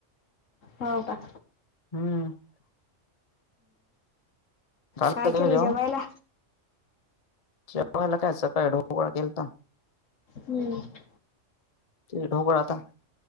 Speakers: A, on the left; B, on the left.
A: होऊ का.
B: <unintelligible> झालं
A: काय
B: तुझं
A: केलं
B: जेवण
A: जेवायला?
B: <unintelligible> काय सकाळ ढोकवळा केलता.
A: हम्म. <unintelligible>
B: <unintelligible>